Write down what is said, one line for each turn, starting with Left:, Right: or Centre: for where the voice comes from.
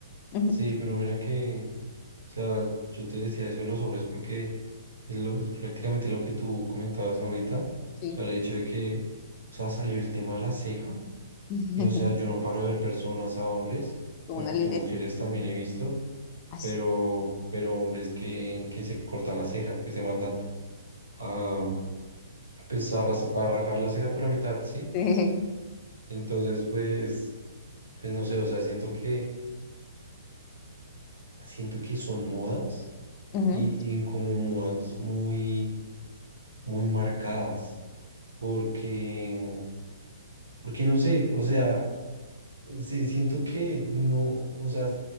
Left: Ujú,
Right: sí, pero mira que, o sea, yo te decía eso de los hombres porque es, lo- es prácticamente lo que tú comentabas ahorita, o
Left: sí.
Right: sea, el hecho de que, o sea, salió el tema de la ceja
Left: <laughs>
Right: y, o sea, yo no paro de ver personas a hombres,
Left: Con
Right: bueno,
Left: una linecita.
Right: que mujeres también
Left: Ujú.
Right: he visto,
Left: Ay,
Right: pero, pero hombres que, que se cortan la ceja, que se mandan a, pues, a, ras- a rajar la ceja por la mitad, ¿sí?
Left: sí.
Right: Entonces, pues, pues no sé, o sea, siento que, siento que son modas
Left: Ujú.
Right: y, y como modas muy, muy marcadas, porque, porque no sé, o sea, se- siento que no, o sea,